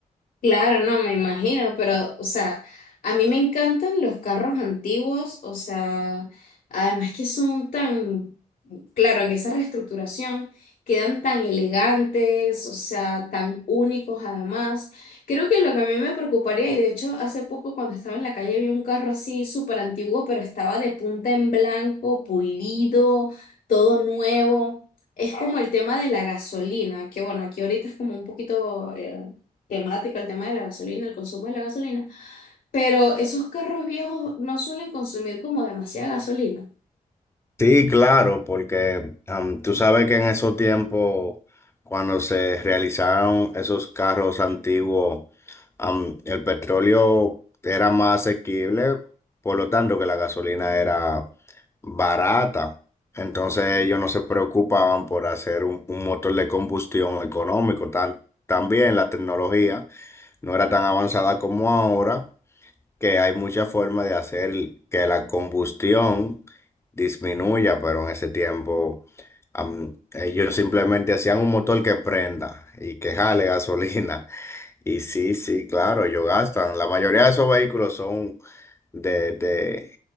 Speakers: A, on the left (about 65°); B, on the left (about 15°).
A: Claro, no, me imagino, pero, o sea, a mí me encantan los carros antiguos, o sea, además que son tan, claro, en esa reestructuración quedan tan elegantes, o sea, tan únicos además. Creo que lo que a mí me preocuparía, y de hecho hace poco cuando estaba en la calle vi un carro así súper antiguo, pero estaba de punta en blanco, pulido, todo nuevo. Es como el tema de la gasolina, que bueno, aquí ahorita es como un poquito eh, temática, el tema de la gasolina, el consumo de la gasolina, pero esos carros viejos no suelen consumir como demasiada gasolina.
B: Sí, claro, porque am, tú sabes que en esos tiempos, cuando se realizaron esos carros antiguos, am, el petróleo era más asequible, por lo tanto que la gasolina era barata. Entonces ellos no se preocupaban por hacer un, un motor de combustión económico. Tan- también la tecnología no era tan avanzada como ahora que hay muchas formas de hacer que la combustión disminuya, pero en ese tiempo am, ellos simplemente hacían un motor que prenda y que jale <laughs> gasolina. Y sí, sí, claro, ellos gastan. La mayoría de esos vehículos son de, de,